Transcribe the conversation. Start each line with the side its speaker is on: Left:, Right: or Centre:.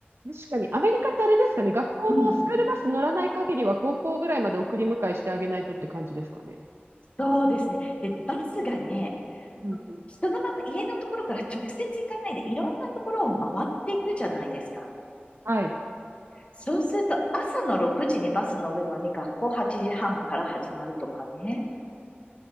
Right: 確かに、アメリカってあれですかね、学校もスクールバス乗らない限りは高校ぐらいまで送り迎えしてあげないとって感じですかね。
Left: うん、そうですね。で、バスがね、
Right: うんうん。
Left: そのまま家のところから直接行かないで、いろんなところを回っていくじゃないですか。
Right: はい。
Left: そうすると朝の6時にバス乗るのに学校8時半から始まるとかね。